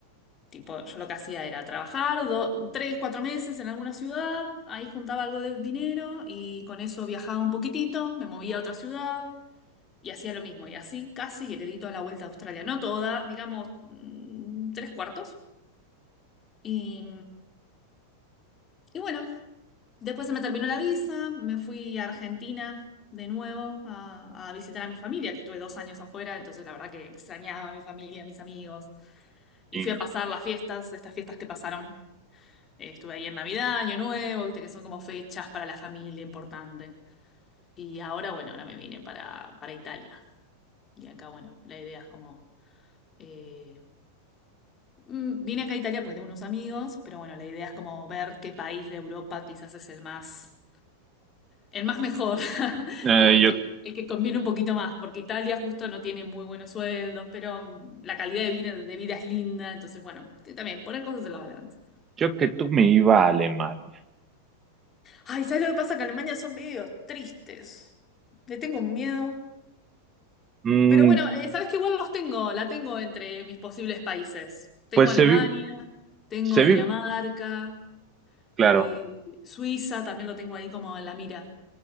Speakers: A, on the left; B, on the right.
A: tipo, yo lo que hacía era trabajar do- tres, cuatro meses en alguna ciudad, ahí juntaba algo de dinero y con eso viajaba un poquitito, me movía a otra ciudad y hacía lo mismo. Y así casi heredito a la vuelta a Australia, no toda, digamos, mm, tres cuartos. Y, y bueno. Después se me terminó la visa, me fui a Argentina de nuevo a, a visitar a mi familia, que estuve dos años afuera, entonces la verdad que extrañaba a mi familia, a mis amigos. Y
B: Y
A: fui
B: no.
A: a pasar las fiestas, estas fiestas que pasaron. Eh, estuve ahí en Navidad, Año Nuevo, viste que son como fechas para la familia importante. Y ahora, bueno, ahora me vine para, para Italia. Y acá, bueno, la idea es como... eh, mm, vine acá a Italia porque tengo unos amigos, pero bueno, la idea es como ver qué país de Europa quizás es el más El más mejor, <laughs>
B: Eh,
A: como el
B: yo,
A: que, el que conviene un poquito más, porque Italia justo no tiene muy buenos sueldos, pero mm, la calidad de vida, de vida es linda, entonces bueno, t- también poner cosas en la balanza.
B: yo que tú me iba a Alemania.
A: Ay, ¿sabes lo que pasa? Que Alemania son medio tristes. Le tengo un miedo.
B: Mm,
A: Pero bueno, eh, sabes que igual los tengo, la tengo entre mis posibles países. Tengo
B: pues
A: Alemania,
B: se vive,
A: tengo
B: se
A: Dinamarca,
B: vive, claro,
A: eh, Suiza, también lo tengo ahí como en la mira.